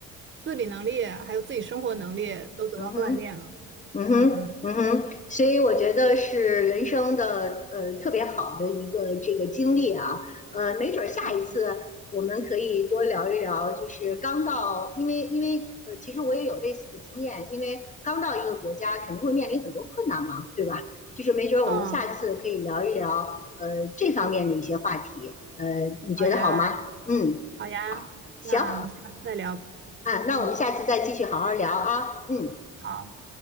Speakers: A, on the right; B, on the left.
A: 自理能力还有自己生活能力都得到锻炼了。
B: 嗯哼。嗯哼，
A: 嗯
B: 嗯哼，所以我觉得是人生的呃特别好的一个这个经历啊，呃，没准儿下一次我们可以多聊一聊，
A: 嗯
B: 就是刚到，因为因为呃，其实我也有类似的经验，因为刚到一个国家肯定会面临很多困难嘛，对吧？就是没准儿我们下次可以聊一聊呃
A: 嗯，
B: 这方面的一些话题，呃，你觉得好吗？
A: 好呀，
B: 嗯，
A: 好呀，
B: 好，行啊，
A: 那我们下次再聊。
B: 那我们下次再继续好好聊啊，
A: 嗯，
B: 嗯。
A: 好。